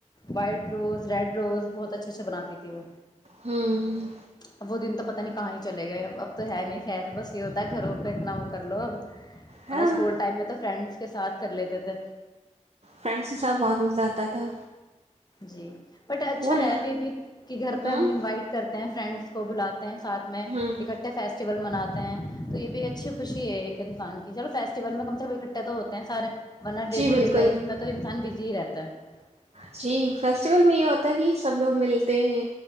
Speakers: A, on the left; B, on the right.
A: وائٹ روز ریڈ روز بہت اچھے سے بناتی تھی وہ
B: ہوں
A: اب وہ دن تو پتہ نہیں کہاں ہی چلے گئے اب تو ہے نہیں خ تو بس یہ ہوتا ہے گھروں پہ اتنا وہ کر لو اب
B: ہاں
A: اسکول ٹائم میں تو فرینڈس کے ساتھ کر لیتے تھے
B: فرینڈس کے ساتھ بہت مزہ آتا تھا
A: جی بٹ اچھا
B: بول
A: ہے بھی کہ گھر پہ
B: ہوں
A: ہم انوائٹ کرتے ہیں فرینڈس کو بلاتے ہیں ساتھ میں
B: ہوں
A: اکٹھے فیسٹول منانے تو یہ بھی اچھی خوشی ہے ایک انسان کی چلو فیسٹیول میں کم سے کم اکٹھے تو ہوتے ہیں سارے ڈے
B: جی
A: ٹ
B: بالکل
A: ڈے لائف میں تو انسان بز جیرتا <unintelligible>
B: جی فیسٹیول میں یہ ہوتا ہے کہ سب لوگ ملتے ہیں